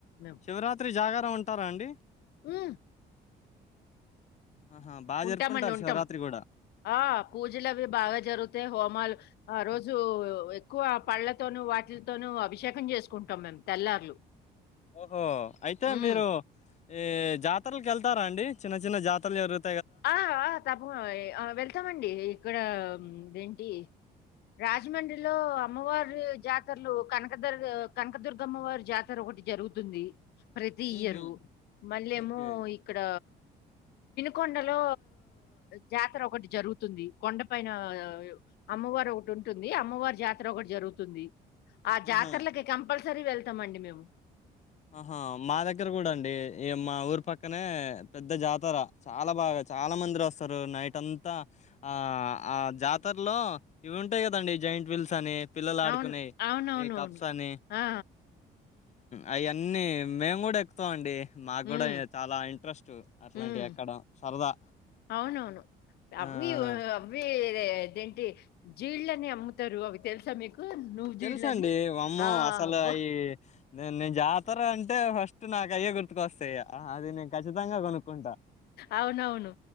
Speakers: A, on the left (about 75°); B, on the left (about 45°).
A: మేము.
B: శివరాత్రి జాగారం ఉంటార అండి
A: హు
B: ఆహా బాగా
A: ఉంటామండి
B: జరుపుకుంటారు
A: ఉంటాం
B: శివరాత్రి కూడా
A: ఆ పూజలు అవి బాగ జరుగుతాయి హోమాలు ఆ రోజు ఎక్కువ పళ్ళతోనూ వాటిలతోనూ అభిషేకం చేసుకుంటాం మేము తెల్లార్లు.
B: ఓహో అయితే
A: హ్మ్.
B: మీరు ఈ జాతరలకి వెళ్తారా అండి చిన్న చిన్న జాతరలు జరుగ్
A: ఆ తప్ప ఆ వెళ్తామండి ఇక్కడదేంటి రాజమండ్రిలో అమ్మవారి జాతరలు కనకదుర్గ కనకదుర్గ అమ్మవారి జాతర ఒకటి జరుగుతుంది ప్రతి
B: హుహు.
A: ఇయరు మళ్ళేమో
B: ఓకే.
A: ఇక్కడ కొొండలో జాతర ఒకటి జరుగుతుంది కొండ పైన అమ్మవారు ఒకటి ఉంటుంది అమ్మవారి జాతర ఒకటి జరుగుతుంది ఆ
B: ఆహా!
A: జాతరలకి కంపల్సరీ వెళ్తామండి మేము
B: ఆహా మా దగ్గర కూడ అండి ఈ మా ఊరు పక్కనే పెద్ద జాతర చాలా బాగ చాలా మందిరస్తారు నైట్ అంతా ఆ ఆ జాతరలో ఇవి ఉంటాయి కదండి జయింట్ విీల్స్ అని పిల్లలు ఆడుకునేయి
A: అవును. అవునవునవును.
B: ఈ కప్స్ అని
A: ఆ!
B: అవి అన్నీ మేమ్ కూడ ఎక్కుతామండి మాక్
A: హ్మ్.
B: కూడ చాలా ఇంట్రెస్ట్ అట్లాంటివి
A: హ్మ్.
B: ఎక్కడం సరదా
A: అవునవును. అవి
B: ఆ! ఆ!
A: అవిదేంటి జీళ్ళని అమ్ముతారు అవి తెలుసా మీకు నువ్వు
B: తెలుసండి
A: జీళ్ళని.
B: వామ్మో
A: ఆ!
B: అసలు
A: అబ్బో!
B: అవి నే నేను జా ఉత్తర అంటే ఫస్ట్ నాకు అయ్యే గుర్తుక వస్తాయి అది నేను ఖచ్చితంగా కొనుక్కుంటా
A: అవునవును